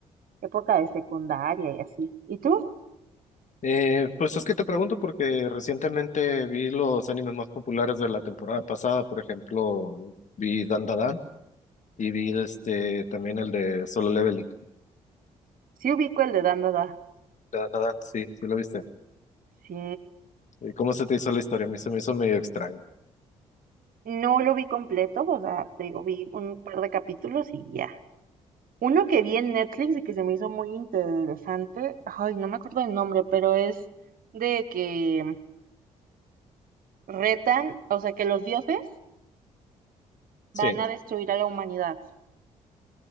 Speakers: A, on the right; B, on the left.
A: época de secundaria y así. ¿Y tú?
B: Eh, pues es que te pregunto porque recientemente vi los animes más populares de la temporada pasada, por ejemplo, vi Dandadan y vi este también el de Solo Leveling.
A: Sí ubico el de Dandada.
B: Dandadan, sí, sí lo viste.
A: Sí,
B: ¿Y cómo se te hizo la historia? A mí se me hizo medio extraño.
A: no lo vi completo, o sea, te digo, vi un par de capítulos y ya. Uno que vi en Netflix y que se me hizo muy interesante, ay, no me acuerdo el nombre, pero es de que retan, o sea, que los dioses
B: Sí.
A: van a destruir a la humanidad,